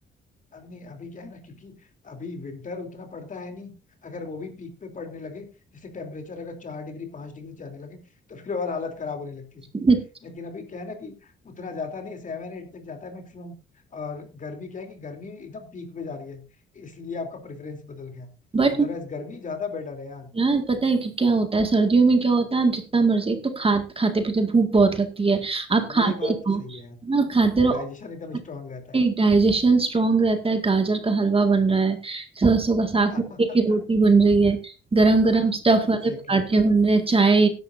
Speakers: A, on the left; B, on the right.
A: अब नहीं अभी क्या है ना क्योंकि अभी विंटर उतना पड़ता है नहीं अगर वो भी पीक पे पड़ने लगे जैसे टेम्परेचर अगर चार डिग्री पांच डिग्री जाने लगे तो फिर और हालत खराब होने लगती है सबकी
B: <laughs>
A: लेकिन अभी क्या है ना कि उतना जाता नहीं सेवन एट तक जाता है मैक्सिमम और गर्मी क्या है कि गर्मी एकदम पीक पे जा रही है इसलिए आपका प्रेफरेंस बदल गया
B: बट
A: अदरवाइज गर्मी ज्यादा बेटर है यार
B: यार पता है कि क्या होता है सर्दियों में क्या होता है आप जितना मर्जी एक तो खा खाते पीते भूख बहुत लगती है आप
A: ये
B: खाते
A: बात
B: रहो
A: तो सही है यार
B: ना खाते रहो
A: डाइजेशन एकदम स्ट्रांग रहता
B: डाइजेशन
A: है
B: स्ट्रांग रहता है गाजर का हलवा बन रहा है सरसों का साग
A: <laughs>
B: मक्के
A: Exactly
B: की रोटी बन रही है गरम गरम स्टफ
A: exactly.
B: वाले पराठे बन रहे हैं चाय